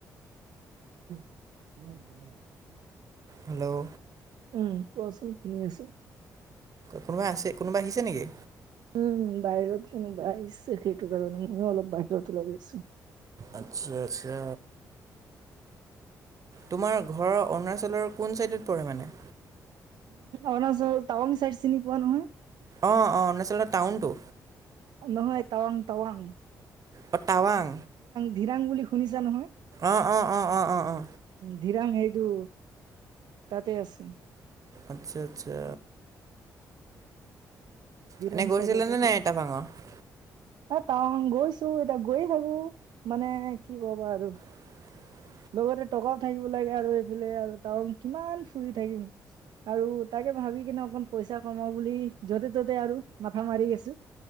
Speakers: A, on the right; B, on the right.
A: <inaudible>
B: হেল্ল'
A: উম কোৱাচোন শুনি আছো।
B: কোনোবা আছে কোনোবা আহিছে নেকি?
A: উম বাহিৰত কোনোবা আহিছে সেইটো কাৰণে ময়ো অলপ বাহিৰত ওলাই গৈছো।
B: আচ্ছা আচ্ছা। তোমাৰ ঘৰৰ অৰুণাচলৰ কোন চাইডত পৰে মানে?
A: উম চ টাৱং চাইড চিনি পোৱা নহয়?
B: অ, অ, অৰুণাচলৰ টাউনতটো
A: নহয় তাৱাং তাৱাং
B: অ, তাৱাং
A: ধিৰাং বুলি শুনিছা নহয়?
B: অ অ অ অ অ অ।
A: ধীৰাং সেইটো তাতে আছে।
B: আচ্ছা আচ্ছা।
A: ধিৰাং
B: এনে গৈছিলেনে
A: চাইডতে চাল
B: নাই টাৱাঙৰ
A: এ তাৱাং গৈছো এতিয়া গৈয়ে থাকো মানে কি কবা আৰু।
B: <inaudible>
A: লগতে টকাও থাকিব লাগে আৰু এইফালে আৰু তং কিমান ফুৰি থাকিম আৰু তাকে ভাবি কিনে অকণ পইচা কমাও বুলি য'তে ত'তে আৰু মাথা মাৰি আছো।